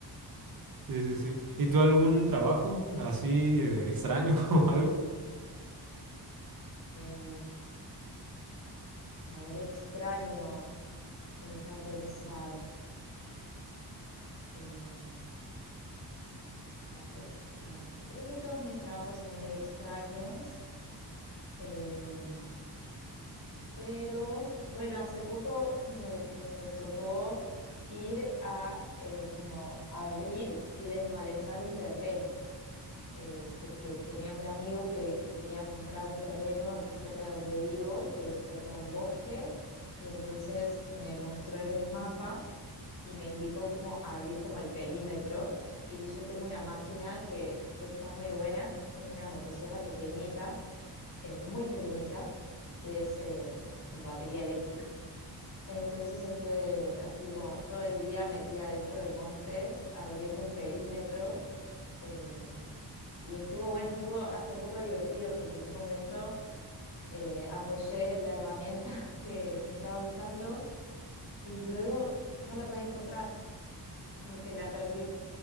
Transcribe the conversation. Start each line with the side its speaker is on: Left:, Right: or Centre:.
Right: sí, sí, sí. ¿Y tú algún trabajo así eh, extraño <laughs> o algo?
Left: Em, a ver, extraño. eh, déjame pensar. Em, trabajo extraño. Creo que todos mis trabajos son medio extraños. Em, Pero bueno, hace poco me, me tocó ir a eh, como abrir y desmalezar un terreno, eh, porque tenía un amigo que, que quería comprar un terreno aquí cerca de donde vivo, que es cerca de un bosque, y entonces me mostró en el mapa y me indicó cómo abrir como el perímetro. Y yo tengo una máquina que, que está muy buena, que es como una motosierra pequeñita, eh, muy pequeñita, que es... em, con batería eléctrica. Entonces estuve así como todo el día metida dentro del monte, abriendo un perímetro. eh, y estuvo bueno, estuvo hasta un poco divertido porque en un momento eh, apoyé la herramienta <laughs> que, que estaba usando y luego no la podía encontrar, como que la perdí.